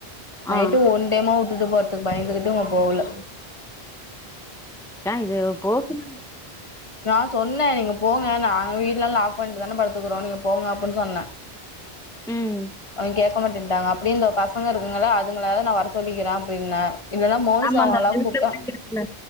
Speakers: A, on the left; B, in the centre.
A: நைட்டு
B: ஆ
A: ஒன் டெமா விட்டுட்டு போறதுக்கு பயந்துகிட்டு அவுங்க போகல
B: ஆ இது போக் <inaudible>
A: நான் சொன்னே நீங்க போங்க நாங்க வீட்ல எல்லா லாக் பண்ணிட்டு தான படுத்துக்கிறோம் நீங்க போங்க அப்டின்னு சொன்னே
B: ம்
A: அது கேக்க மாட்டேன்ட்டாங்க அப் அப்டி இந்தப் பசங்க இருக்குங்கல்ல அதுங்கள யாரையாது நான் வர சொல்லிக்கிறேன் அப்டின்னே இல்லேன்னா மோனிசாம்மாலா
B: ஆமா அந்த அந்த வீட்ல
A: கூப்பிட்டா
B: பிள்ளைங்க இருக்குல்ல